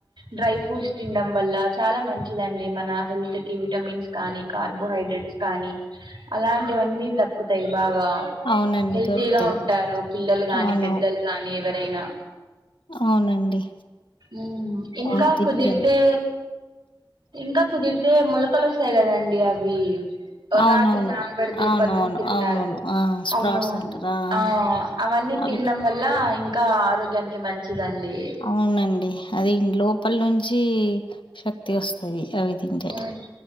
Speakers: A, on the right; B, on the left.
A: డ్రై ఫ్రూట్స్ తినడం వల్ల చాలా మంచిదండి మన హెల్త్ కి విటమిన్స్ కానీ కార్బోహైడ్రేట్స్ కానీ అలాంటి. ఇవన్నీ దక్కుతాయి బాగా
B: అవునండి
A: హెల్తీగా
B: దొరుకుతాయి
A: ఉంటారు పిల్లలు గాని.
B: అవును
A: పెద్దలు కానీ ఎవరైనా.
B: అవునండి
A: ఉమ్ ఇంకా
B: అవును తినిపియాలి
A: కుదిరితే ఇంకా కుదిరితే మొలకలు వస్త. వస్తదండి అవి.
B: అవునవును.
A: రాత్రి నానబెడితే
B: అవునవును.
A: పోద్దున తింటారు
B: అవునవును. ఆ! స్ప్రాట్స్
A: అవి
B: అంటారా? ఆ!
A: ఆహ్ అవన్నీ.
B: ఆ! అవి
A: తినడం వల్ల ఇంకా. ఆరోగ్యానికి మంచిదండి
B: అవునండి అది లోపల నుంచి. చి శక్తి వస్తాది అవి. తింటే.
A: ఉమ్